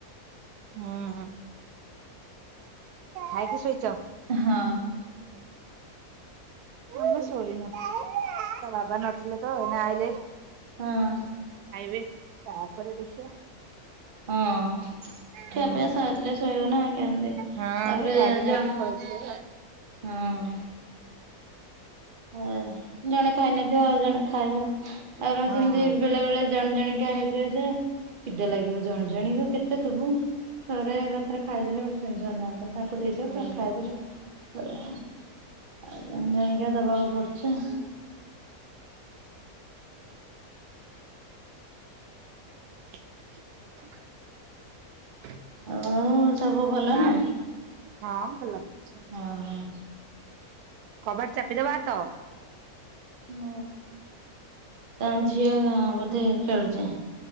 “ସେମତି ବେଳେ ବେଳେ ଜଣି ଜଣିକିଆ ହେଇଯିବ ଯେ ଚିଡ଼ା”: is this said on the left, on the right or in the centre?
Right